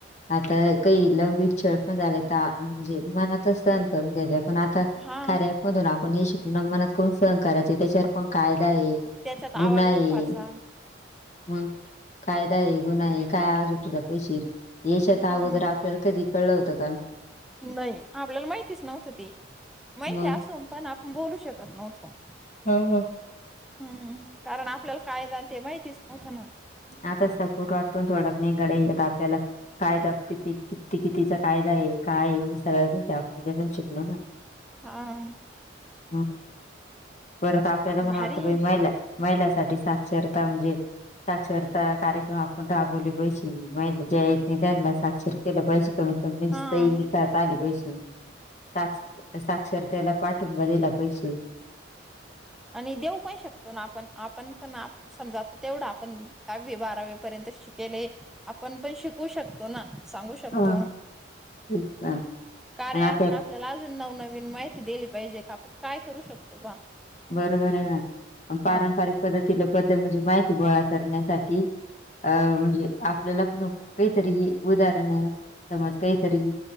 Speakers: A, on the left; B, in the centre.
A: आता काही लौंगिक छळ पण झाले तर अ-म्हणजे मनातच सहन करून घ्यावे पण आता,
B: हा
A: कार्या अँप मधून आपण हे शिकलो, मनात कोण सहन करायचं, त्याच्यावर पण कायदा आहे.
B: त्याच्यात आवाज
A: नाही.
B: उठवायचा
A: मंग, कायदा आहे, गुन्हा आहे, काय आवाज उठवला आहे पाहिजे? येशात
B: ह
A: अगोदर आपल्याला कधी कळलं होतं का?
B: नाही आपल्याला माहितीच नव्हत ते. माहिती
A: मग
B: असोन पण आप न बोलू शकत नव्हतो.
A: ह ह.
B: हू हू कारण आपल्याला कायदा ते माहितीच नव्हतं ना.
A: आता सपोर्ट वाटतो थोडा न, तिकडे आपल्याला कायदा किती किती किती जण? कायदा ये काय ये सगळ्या गोष्टी आपण हेच्यातून शिकलो ना.
B: हा
A: मग परत आपल्याला पणं
B: भारी
A: वाटत. मैला मैहलासाठी साक्षरता म्हणजे साक्षरता कार्यक्रम आपण राबवले बैशी, महिला ज्या येत नाही त्यांला साक्षर केला पाहिजे, कमी मग दिसतय
B: हा
A: की काय? काय आले पैसे. साक्ष साक्षरतेला पाठिंबा दिला पाहिजे.
B: आणि देऊ काही शकतो ना, आपण आपण पण समजा आता, तेवढा आपण दहावी बारावी पर्यंत शिकेले, आपण पण शिकवू शकतो ना. सांगू शकतो.
A: हा तेच ना
B: कार्या
A: आणि आता
B: ॲप ना आपल्याला अजून नवनवीन माहिती दिली पाहिजे का? आपण काय करू शकतो बा
A: बरोबर आहे ना, पारंपरिक
B: हा
A: पद्धतीला पद्ध म्हणजे माहिती गोळा करण्यासाठी अ म्हणजे आपल्यालापण काहीतरी उदाहरण समज काहीतरी